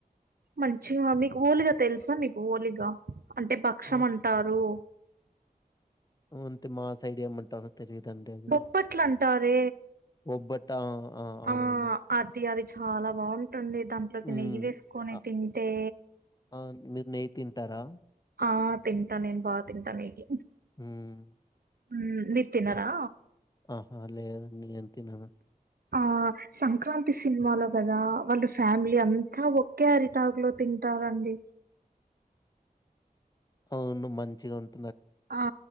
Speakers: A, on the right; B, on the left.
A: మంచిగా మీకు ఓలిగా తెలుసా మీకు ఓలిగా అంటే భక్ష్యం
B: ఓ
A: అంటారు
B: ఉ అంటే మా సైడ్ ఏమంటారో తెలీదండి అది.
A: బొబ్బట్లు అంటారే
B: ఒబ్బట్ట ఆ! అవునవును.
A: ఆ అది అది చాలా బాగుం ఉంటుంది దాంట్లోకి
B: హ్మ్.
A: నెయ్యి వేసుకొని
B: అ
A: తింటే
B: ఆ! మీరు నెయ్యి తింటారా
A: ఆ తింటా నేను బా తింటాను ఇది
B: ఉమ్
A: ఉమ్ మీరు తినరా
B: ఆహా అ లేదండి నేను తిన
A: ఆ సంక్రాంతి సినిమాలో కదా వాళ్ళు ఫ్యామిలీ అంతా ఒకే అరిటాగ లో తింటారండి
B: అవును మంచిగా ఉంటు
A: ఆ